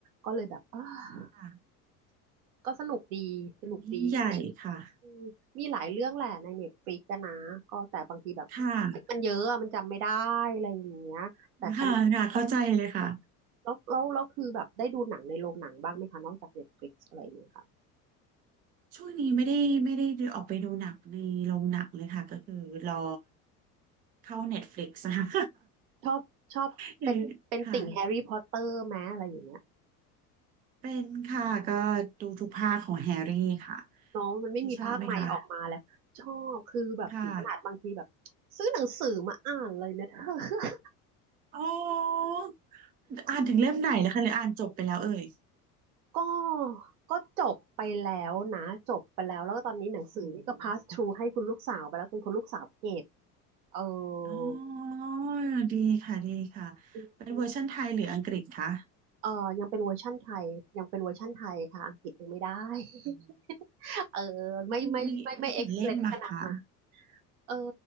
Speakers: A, on the right (about 60°); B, on the right (about 20°).
A: ก็เลยแบบเออ
B: ค่ะ
A: ก็สนุกดีสนุกดีมี
B: ดูยิ่งใหญ่ค่ะ
A: อืมมีหลายเรื่องแหละในเน็ตฟลิกซ์นะก็แต่บางทีแบบ
B: ค่ะ
A: มันเยอะอะมันจำไม่ได้อะไรอย่างเงี้ยแต่คันแบบ
B: ค่ะค่ะเข้าใจเลยค่ะ
A: แล้วแล้วแล้วคือแบบได้ดูหนังในโรงหนังบ้างไหมคะนอกจากเน็ตฟลิกซ์อะไรอย่างเงี้ยค่ะ
B: ช่วงนี้ไม่ได้ไม่ได้ออกไปดูหนังในโรงหนังเลยค่ะก็คือรอเข้า Netflix นะคะ
A: ชอบชอบเป็นเป็นติ่งแฮร์รี่พอตเตอร์ไหมอะไรอย่างเงี้ย
B: <laughs> ค่ะเป็นค่ะก็ดูทุกภาคของแฮร์รี่ค่ะ
A: เนาะมันไม่มีภาคใหม่ออกมาแล้วชอบคือแบบถึงขนาดบางทีแบบ
B: ที่ชอบไหมคะค่ะ
A: ซื้อหนังสือมาอ่านเลยนะเธอ <laughs>
B: อ๋ออ่านถึงเล่มไหนแล้วคะหรืออ่านจบไปแล้วเอ่ย
A: ก็ก็จบไปแล้วนะจบไปแล้วแล้วก็ตอนนี้หนังสือนี่ก็
B: โอ้
A: pass
B: โห
A: through ให้คุณลูกสาวไปแล้วจนคุณลูกสาวเก็บเออ
B: อ๋อดีค่ะดีค่ะเป็นเวอร์ชันไทยหรืออังกฤษคะ
A: อืมเออยังเป็นเวอร์ชั่นไทยยังเป็นเวอร์ชั่นไทยค่ะอังกฤษยังไม่ได้ <laughs>
B: อืม
A: เออไม่ไม่ไม่ไม่
B: มีมีมีกี่เล่มอะคะ
A: excellent ขนาดนั้นเออ